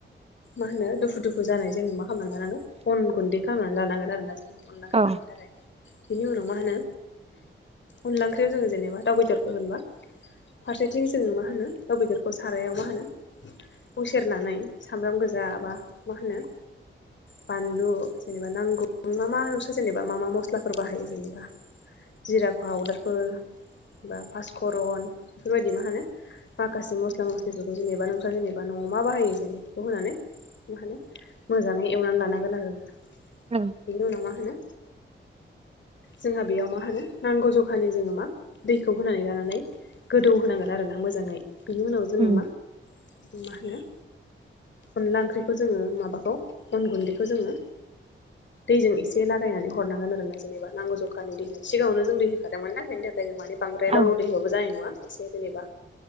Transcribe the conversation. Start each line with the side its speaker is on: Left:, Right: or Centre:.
Left: मा होनो दुफु दुफु जानाय जोङो मा खालामना लानांगोन अन गुन्दै खालामनानै लानांगोन आरो ना जोङो अनला खैखांनो
Right: औ
Left: थाखाय। बिनि उनाव मा होनो अनला ओंख्रियाव जोङो जेनेबा दाउ बेदर होगोनबा फारसेथिं जोङो मा होनो दाउ बेदरखौ सारायाव मा होनो उसेेरनानै सामब्राम गोजा बा मा होनो बानलु जेनेबा नांगौ न मा मा नोंसो जेनेबा मा मा मस्लाफोर बाहायो जेनेबा जिरा पाउदारफोर बा पास करन बेफोरबायदि मा होनो माखासे मस्ला मस्लिफोरखौ जेनेबा नों सा जेनेबा न'आव मा बाहायो बेखौ होनानै मा होनो मोजाङै एवनानै लानांगोन आरोना
Right: ओं
Left: बिनि उनाव मा होनो जोंहा बेयाव मा होनो नांगौ जखानि जोङो मा दैखौ होनानै लानानै गोदौ होनांगोन आरोना मोजाङै बिनि उनाव जोङो
Right: उम
Left: मा मा होनो अनला ओंख्रिखौ जोङो माबाखौ अन गुन्दैखौ जोङो दैजों इसे ए लागायनानै हरनांगोन आरोना जेनेबा नांगौ जखानि दै होनानि सिगाङावनो जों दै होखादोंमोन ना बेनि थाखाय जों माने बांद्राय
Right: औ
Left: लावलाव दै होबाबो जानाय नङा एसे जेनेबा